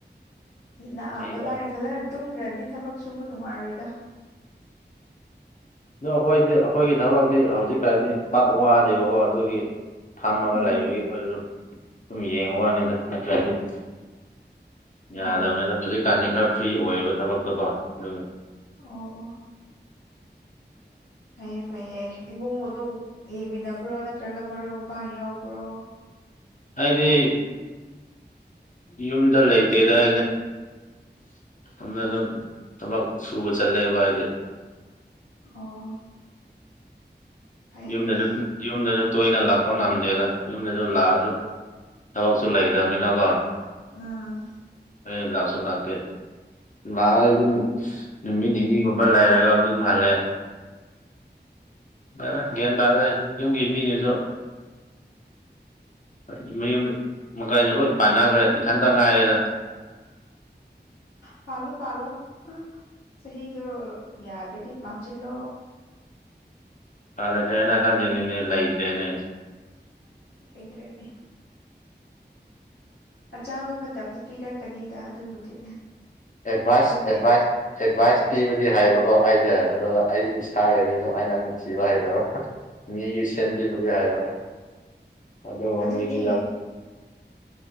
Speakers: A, on the left; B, on the left.
A: ꯅꯥꯕ
B: ꯑꯩ
A: ꯂꯥꯏ
B: ꯑꯁ
A: ꯐꯖꯅ ꯇꯨꯝꯗ꯭ꯔꯗꯤ ꯊꯕꯛ ꯁꯨꯕ ꯅꯨꯡꯉꯥꯏꯔꯣꯏꯗ
B: ꯑ ꯑꯩꯈꯣꯏꯗꯤ ꯑꯩꯈꯣꯏꯒꯤ ꯊꯕꯛꯇꯤ ꯍꯧꯖꯤꯛ ꯀꯥꯟꯗꯤ ꯄꯥꯛ ꯋꯥꯅꯦꯕꯀꯣ ꯑꯗꯨꯒꯤ ꯐꯝꯃꯒ
A: ꯑꯥ
B: ꯂꯩꯕꯒꯤ ꯑꯗꯨ ꯁꯝ ꯌꯦꯡꯉꯨ ꯋꯥꯅꯤꯗ ꯅꯠꯇ꯭ꯔ ꯑꯗꯨꯗꯤ ꯌꯥꯗꯕꯅꯦ
A: ꯍꯣꯏ
B: ꯑꯗ ꯍꯧꯖꯤꯛꯀꯥꯟꯗꯤ ꯈꯔ ꯐ꯭ꯔꯤ ꯑꯣꯏꯌꯦꯕ ꯊꯕꯛꯇꯣꯀꯣ ꯑꯗꯨꯒꯤ
A: ꯑꯣ ꯑꯣ ꯐꯩꯌꯦ ꯐꯩꯌꯦ ꯏꯃꯨꯡ ꯃꯅꯨꯡ ꯌꯦꯡꯃꯤꯟꯅꯕ꯭ꯔꯣ ꯅꯠꯇ꯭ꯔꯒ ꯃꯔꯨꯞ ꯃꯄꯥꯡ ꯌꯥꯎꯕ꯭ꯔꯣ
B: ꯍꯥꯏꯗꯤ ꯌꯨꯝꯗ ꯂꯩꯇꯦꯗ ꯑꯩꯗꯤ ꯑꯝ
A: ꯑꯣ
B: ꯑꯗꯨ ꯊꯕꯛ ꯁꯨꯕ ꯆꯠꯂꯦꯕ ꯍꯥꯏꯗꯤ
A: ꯑꯣ ꯐꯩꯌꯦ
B: ꯌꯨꯝꯗꯁꯨ
A: ꯐꯩꯌꯦ
B: ꯌꯨꯝꯗꯁꯨ ꯇꯣꯏꯅ ꯂꯥꯛꯄ ꯉꯝꯗꯦꯗ ꯌꯨꯝꯗꯁꯨ ꯂꯥꯛꯑꯁꯨ ꯊꯕꯛꯁꯨ ꯂꯩꯗꯅꯤꯅꯀꯣ
A: ꯑꯥ
B: ꯑꯩ ꯂꯥꯛꯁꯨ ꯂꯥꯛꯇꯦ ꯂꯥꯛꯑ ꯑꯗꯨꯝ ꯅꯨꯃꯤꯠ ꯅꯤꯅꯤꯒꯨꯝꯕ ꯂꯩꯔꯒ ꯐꯜꯦ ꯂꯁꯤꯒꯦꯗꯗꯥ
A: ꯐꯩꯌꯦ ꯐꯩꯌꯦ
B: ꯌꯨꯝꯒꯤ ꯃꯤꯅꯤꯁꯨꯣ ꯍꯣꯏ ꯃꯌꯨꯝ ꯃꯀꯥꯏꯗꯣ ꯂꯣꯏ ꯄꯥꯟꯅꯈ꯭ꯔꯦ ꯏꯊꯟꯇ ꯉꯥꯏꯔꯦꯗ
A: ꯐꯂꯨ ꯄꯂꯣ ꯑ ꯆꯍꯤꯗꯣ ꯌꯥꯗ꯭ꯔꯗꯤ ꯄꯥꯟꯁꯤꯜꯂꯣ
B: ꯀꯂꯦ ꯊꯦꯅ ꯈꯅꯤ ꯂꯥꯏꯇ꯭ꯔꯦꯅꯦ
A: ꯑꯗ꯭ꯔꯦꯅꯦ ꯑꯆꯥꯥꯕ ꯃꯇꯝꯗ ꯄꯤꯔꯛꯀꯅꯤꯗ ꯑꯗꯨꯕꯨꯗꯤ
B: ꯑꯦꯗꯚꯥꯏꯁ
A: ꯆꯨꯝꯅꯩ
B: ꯑꯦꯚꯥꯏꯁ ꯑꯦꯗꯚꯥꯏꯁ ꯄꯤꯕꯗꯤ ꯍꯥꯏꯕꯀꯣ ꯑꯩ ꯑꯗꯨꯒ ꯑꯩ ꯏꯁꯥꯒꯤꯔꯤꯅꯅꯨꯡ ꯑꯥꯏꯅ ꯨꯁꯤꯕ ꯍꯥꯏꯩꯗꯔꯣ ꯃꯤꯒꯤ ꯁꯦꯝꯕꯤꯕꯗꯤ ꯍꯥꯏꯕ ꯑꯗꯨꯗ ꯃꯝꯃꯤꯗꯤ
A: ꯑꯗꯨꯅꯦ
B: ꯌꯥ